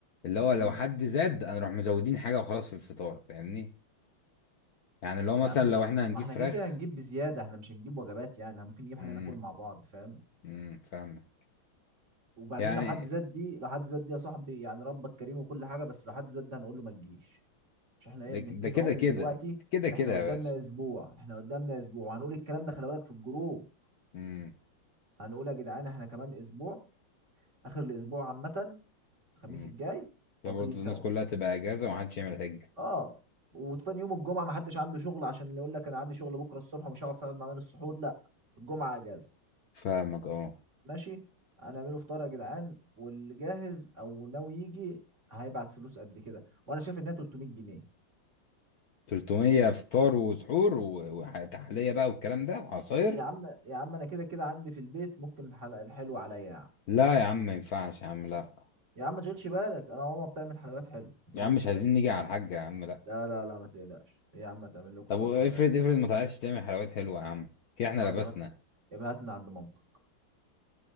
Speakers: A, on the left; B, on the right.
A: اللي هو لو
B: امم
A: حد زاد هنروح مزودين حاجة وخلاص في الفطار فاهمني يعني اللي هو مثلا
B: يا عم
A: لو
B: ده-
A: احنا هنجيب
B: ما احنا
A: فراخ
B: كده كده هنجيب بزياده احنا مش هنجيب وجبات يعني إحنا ممكن نجيب حاجه
A: امم
B: ناكل مع بعض فاهم
A: امم فاهمة
B: وبعدين
A: يعني
B: لو حد زاد دي لو حد زاد دي يا صاحبي يعني ربك كريم وكل حاجه بس لو حد زاد ده هنقول له ما تجيش مش احنا ايه
A: ده
B: بنتفق
A: ده كده
B: اهو من
A: كده
B: دلوقتي
A: كده كده
B: احنا
A: يا
B: قدامنا
A: باشا
B: اسبوع احنا قدامنا اسبوع هنقول الكلام ده خلي بالك في الجروب
A: امم
B: هنقول يا جدعان احنا كمان اسبوع اخر الاسبوع عامه الخميس
A: امم
B: الجاي
A: يا
B: فاطرين
A: برضه
B: سوا
A: الناس كلها تبقى اجازة ومحدش يعمل حاجة
B: اه وتاني يوم الجمعه ما حدش عنده شغل عشان اللي يقول لك انا عندي شغل بكره الصبح ومش هعرف اقعد معانا للسحور لا الجمعه اجازه
A: فاهمك اه
B: ماشي هنعمله فطار يا جدعان واللي جاهز او ناوي يجي هيبعت فلوس قد كده وانا شايف انها 300 جنيه
A: 300 فطار وسحور و- وتحلية بقى والكلام ده وعصاير
B: يا عم يا عم انا كده كده عندي في البيت ممكن الحلقه الحلوه عليا يا عم
A: لا
B: مفيش
A: يا عم ما
B: مشكله
A: ينفعش يا عم لا
B: يا عم ما تشغلش بالك انا ماما بتعمل حلويات حلوه ما تشغلش
A: يا عم مش
B: بالك
A: عايزين نيجي على الحاجة يا عم لا
B: لا لا لا ما تقلقش ايه يا عم تعمل لكم
A: طب
B: شويه
A: وافرض
B: حلويات حلوه
A: افرض ما طلعتش بتعمل حلويات حلوه يا عم كده احنا
B: خلاص
A: لبسنا
B: ابهات
A: <laughs>
B: ابهات من عند مامتك